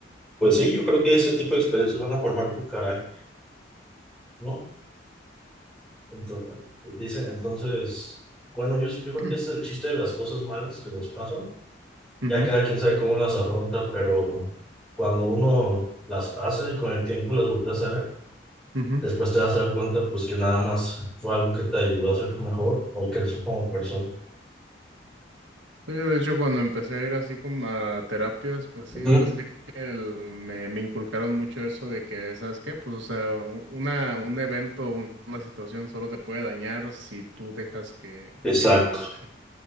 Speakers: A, in the centre; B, on the right.
A: pues sí, yo creo que ese tipo de experiencias van a formar tu carácter, ¿no? Entonces, dice, entonces, bueno, yo, yo creo
B: <clears throat>
A: que ese es el chiste de las cosas malas que nos pasan.
B: ujú,
A: Ya cada quien sabe cómo las afronta, pero cuando uno las pasa y con el tiempo las vueltas a ver,
B: ujú.
A: después te vas a dar cuenta pues que nada más fue algo que te ayudó a ser mejor o crecer como persona.
B: Sí, de hecho, cuando empecé a ir así como a terapias, pues sí,
A: Ujú,
B: ahora sí que el- me, me inculcaron mucho eso de que, ¿sabes qué? Pues, o sea, u- una, un evento, un- una situación solo te puede dañar si tú dejas que,
A: Exacto.
B: que lo, que,